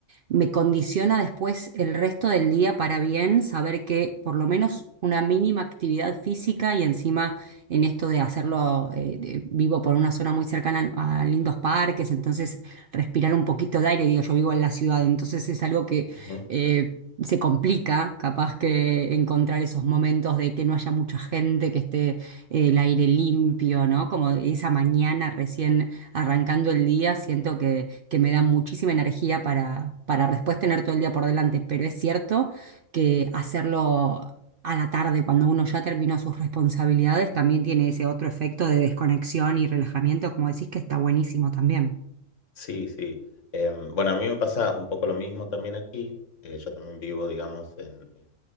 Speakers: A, on the right; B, on the left.
A: me condiciona después el resto del día para bien saber que por lo menos una mínima actividad física y encima en esto de hacerlo, eh, de- vivo por una zona muy cercana a, a lindos parques, entonces respirar un poquito de aire, digo, yo vivo en la ciudad, entonces es algo que...
B: Ujú.
A: eh, Se complica capaz que encontrar esos momentos de que no haya mucha gente, que esté eh, el aire limpio, ¿no? Como esa mañana recién arrancando el día, siento que, que me da muchísima energía para, para después tener todo el día por delante, pero es cierto que hacerlo a la tarde, cuando uno ya terminó sus responsabilidades, también tiene ese otro efecto de desconexión y relajamiento, como decís, que está buenísimo también.
B: Sí, sí. Em, bueno, a mí me pasa un poco lo mismo también aquí. Eh, yo también vivo, digamos, en, en